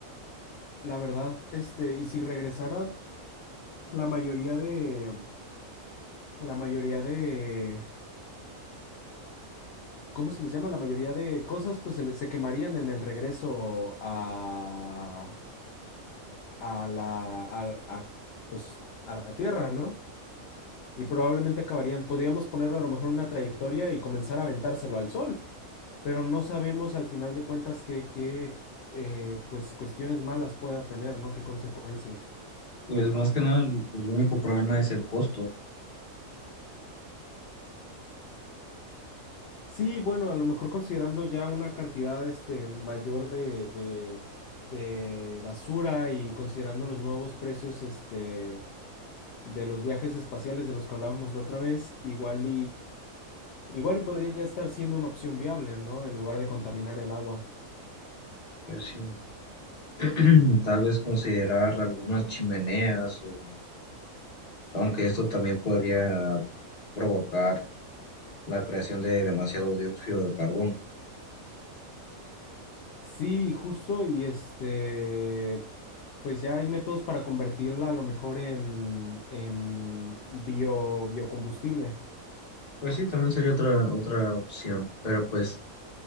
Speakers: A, on the left; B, on the left.
A: La verdad, este, y si regresara la mayoría de la mayoría de ¿cómo se les llama? La mayoría de cosas pues se, le- se quemarían en el regreso a a la, a, a, pues, a la Tierra, ¿no? Y probablemente acabarían, podríamos ponerlo a lo mejor en una trayectoria y comenzar a aventárselo al Sol, pero no sabemos al final de cuentas qué, qué eh, pues, cuestiones malas pueda tener, ¿no? ¿Qué consecuencias?
B: Pues más que nada el, el único problema es el costo.
A: Sí, bueno, a lo mejor considerando ya una cantidad este, mayor de, de, de basura y considerando los nuevos precios este, de los viajes espaciales de los que hablábamos la otra vez, igual Igual y podría ya estar siendo una opción viable, ¿no? En lugar de contaminar el agua.
B: Pues sí, <clears throat> tal vez considerar algunas chimeneas, o, aunque esto también podría provocar la creación de demasiado dióxido de carbono.
A: Sí, justo, y este, pues ya hay métodos para convertirla a lo mejor en, en bio, biocombustible.
B: Pues sí, también sería otra, otra opción, pero pues